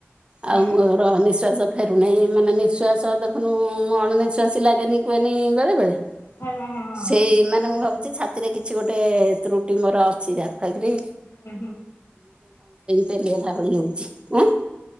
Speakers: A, on the left (about 70°); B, on the right (about 25°).
A: ହୁଁ
B: ଆଉ ମୋର ନିଶ୍ଵାଷ ଫେରୁନାହିଁ ମାନେ ନିଃଶ୍ଵାସ ଦେଖୁନୁ ମୁଁ ଅଣ ନିିଶ୍ଵାସି ଲାଗେନି କୁହେନି ବେଳେ ବେଳେ
A: ହଁ ହଁ
B: ସେଇ ମାନେ ମୁଁ ଭାବୁଛି ଛା ସେଥିରେ କିଛି ଗୋଟେ ତ୍ରୁଟି ମୋର ଅଛି ଯାହା ଫଳ କିରି
A: <unintelligible>
B: ପେଲିହେଲା ଭଳି ହଉଛି ଉଁ